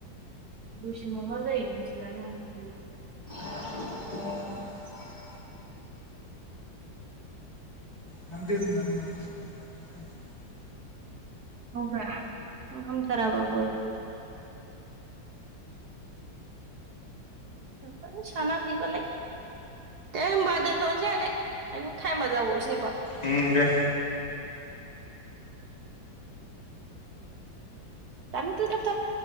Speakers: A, on the right; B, on the left.
A: रुसि मा मा जायोसला नों
B: <inaudible>
A: <inaudible>
B: नाम द होननानै मोखां मोनलाां मा एसे सानसे मोन
A: <unintelligible> ह न सानाखैबालाय दे होनोमबा दोनथ'नोसै आगोय थाइम आ जाबाव बायसो
B: उ दे।
A: दान दो थाब थाब